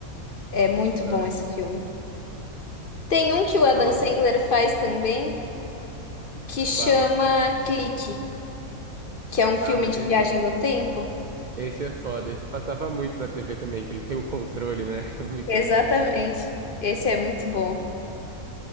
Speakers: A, on the left; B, on the right.
A: É muito bom
B: Da-
A: esse filme. Tem um que
B: E
A: o Adam
B: qual
A: Sandler
B: outro?
A: faz também, que chama
B: Fala.
A: Clique, que é um filme
B: Ah, mas
A: de
B: esse.
A: viagem no tempo.
B: Esse é foda, esse passava muito na TV também, que ele tem o controle, né? <laughs> Muito
A: Exatamente.
B: absurdo.
A: Esse é muito bom.